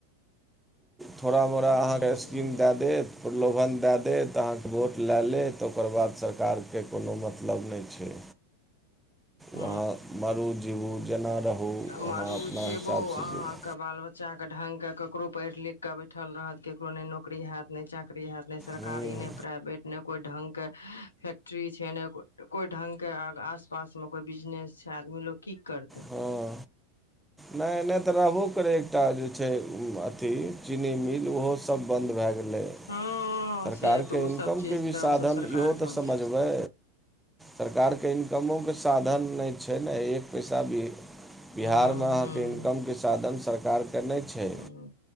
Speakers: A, in the centre; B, on the left (about 75°).
A: थोड़ाोड़
B: हँ
A: स् भन दए देत तऽ अहाँके वोट लए लेत त ओकर बाद सरकारके कोनो मतलब नहि छै
B: ह
A: वहाँ मरू जीबू जेना रहू
B: ह मरू
A: अहाँ अपना
B: जेबो
A: हिसाबसँ
B: अहाँके
A: जीबू
B: बाल बच्चाे ढंग केकरो पढ़ लिख के बैठल रहत केकरो ने नौकरी हयत ने चाकरी हयत ने सरकारी
A: हूँ
B: ने प्राइवेट ने कोइ ढंग के फैक्ट्री छै ने कोइ ढंग के आसपास कोइ बिजनेस छै आदमी लोग की करतै
A: हँ नहि नहि तऽ रहबो करै एकटा जे छै अथी चीनी मिल ओहोसभ बंन्द भए गेलै
B: हँ
A: सरकारके
B: से तऽ ओ
A: इनकमके
B: सब चीज
A: भी
B: तऽ
A: साधन
B: ओ सब सरकार
A: इहो तऽ
B: के
A: समझबै सरकारके इनकमोके साधन नहि छै ने एक पैसा भी बिहारमे
B: ह ह
A: इननकम के साधन से सरकारके नहि छै
B: ह